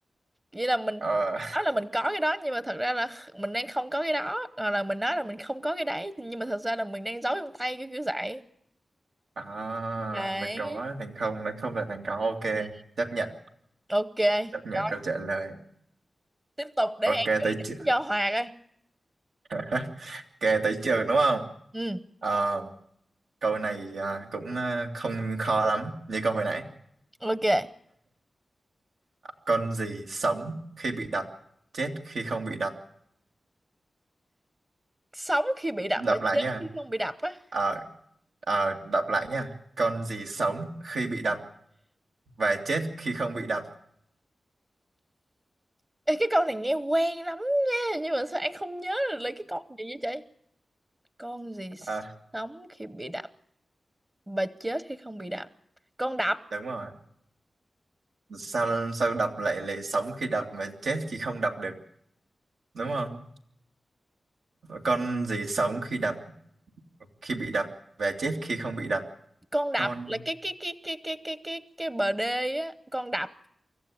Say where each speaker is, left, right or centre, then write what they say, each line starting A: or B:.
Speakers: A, on the right (about 25°); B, on the right (about 90°).
A: vậy là mình
B: Ờ
A: nói là mình có cái đó nhưng mà thật ra là mình đang không có cái đó hoặc là mình nói là mình không có cái đấy nhưng mà thật ra là mình đang giấu trong tay cái kiểu kiểu vậy
B: À,
A: Đấy.
B: là có, thành không, nói không là thành có, ok.
A: Ừ,
B: Chấp nhận,
A: ok.
B: chấp nhận
A: Rồi,
B: câu trả lời.
A: tiếp tục để
B: Ok,
A: em đánh
B: tới trường.
A: cho Hòa coi.
B: <laughs> Ok, tới trường đúng không?
A: Ừ,
B: Ờ, câu này à, cũng à, không khó lắm, như câu hồi nãy.
A: ok.
B: Con gì sống khi bị đập, chết khi không bị đập?
A: Sống khi bị đập
B: Đọc
A: và
B: lại
A: chết
B: nha.
A: khi không bị đập á.
B: Ờ, ờ, đọc lại nha. Con gì sống khi bị đập và chết khi không bị đập?
A: Ê, cái câu này nghe quen lắm nha, nhưng mà sao anh không nhớ được lấy cái con gì vậy trời? Con gì
B: À,
A: sống khi bị đập và chết khi không bị đập? Con đập,
B: đúng rồi. Sao sao đập lại lại sống khi đập mà chết khi không đập được, đúng không? con gì sống khi đập khi bị đập và chết khi không bị đập
A: con đập
B: con
A: là cái cái cái cái cái cái cái cái bờ đê á, con đập.